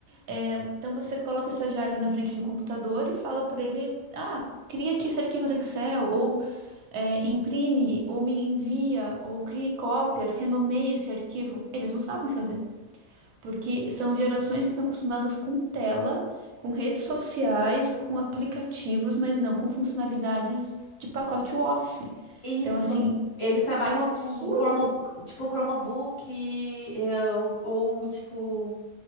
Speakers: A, on the right; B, on the left.
A: É, então você coloca o estagiário na frente de um computador e fala para ele: ah, cria aqui esse arquivo do Excel, ou é, imprime, ou me envia, ou crie cópias, renomeie esse arquivo. Eles não sabem fazer. Porque são gerações que estão acostumadas com tela, com redes sociais, com aplicativos, mas não com funcionalidades de pacote Office.
B: Isso.
A: Então, assim,
B: Eles trabalham
A: é um
B: com
A: absurdo.
B: cromo, tipo Chromebook, é, ou, ou, tipo